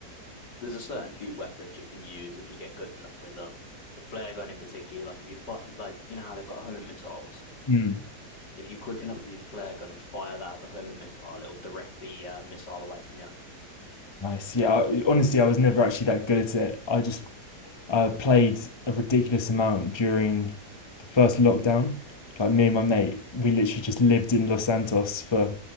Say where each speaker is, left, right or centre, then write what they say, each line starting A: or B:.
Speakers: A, on the left; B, on the left.
A: there's a certain few weapons you can use if you get good enough with them. The flare gun in particular, like if you fight, like you know how they've got homing missiles.
B: Mm.
A: If you're quick enough with your flare gun and fire that at the homing missile, it'll direct the uh, missile away from you.
B: Nice. Yeah. I, honestly, I was never actually that good at it. I just I played a ridiculous amount during the first lockdown. Like me and my mate, we literally just lived in Los Santos for